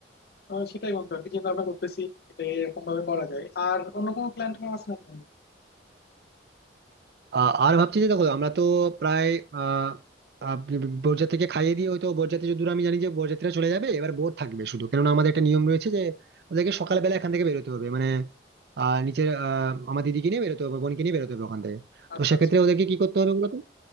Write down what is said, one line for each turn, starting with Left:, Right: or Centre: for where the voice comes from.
Left: আহ, সেটাই বন্ধু আর কি চিন্তা ভাবনা করতেছি এটা এরকম ভাবে করা যায় আর অন্য কোনো প্ল্যান ট্যান আছে না বন্ধু
Right: আ- আর ভাবছি যে দেখো আমরা তো প্রায় আহ আহ, বরযাত্রীকে খাইয়ে দিয়ে হয়তো বরযাত্রী যতদূর আমি জানি যে বরযাত্রীরা চলে যাবে এবার বোর থাকবে শুধু কেননা আমাদের একটা নিয়ম রয়েছে যে ওদেরকে সকালবেলা এখান থেকে বেরোতে হবে মানে আহ নিচের আহ আমার দিদিকে নিয়ে বেরোতে হবে বোনকে নিয়ে বেরোতে হবে ওখান থেকে তো
Left: আচ্ছা
Right: সেক্ষেত্রে
Left: আচ্ছা
Right: ওদেরকে কি করতে হবে বলতো